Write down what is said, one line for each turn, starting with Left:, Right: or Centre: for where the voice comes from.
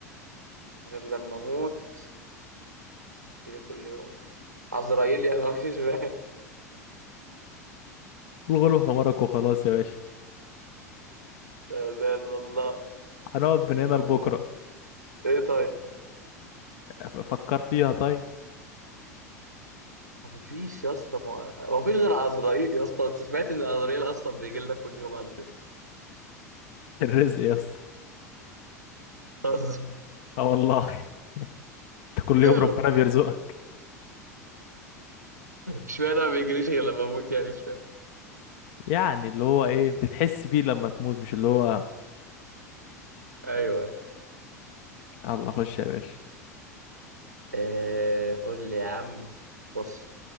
Right: غير لما اموت بتجيلي كل يوم عزرائيل يعني <laughs> أنا مش فاهم
Left: الغلو حمارك وخلاص يا باشا
Right: لا لا لا لا
Left: هنقعد من
Right: غير
Left: هنا
Right: لما
Left: لبكرة
Right: اموت ايه طيب
Left: ف- فكر فيها طيب
Right: هو مفيش يا اسطى ما- هو مفيش غير عزرائيل يا اسطى انت سمعت ان عزرائيل اصلا بيجي لنا كل يوم على فكره
Left: الرزق يا اسطى
Right: اصلا
Left: اه والله <laughs> انت كل
Right: <laughs>
Left: يوم ربنا بيرزقك
Right: اشمعنى ما بيجيليش غير لما اموت يعني اشمعنى
Left: يعني اللي هو ايه بتحس بيه لما تموت مش اللي هو
Right: ايوه
Left: الله خش يا باشا
Right: آه قول لي يا عم بص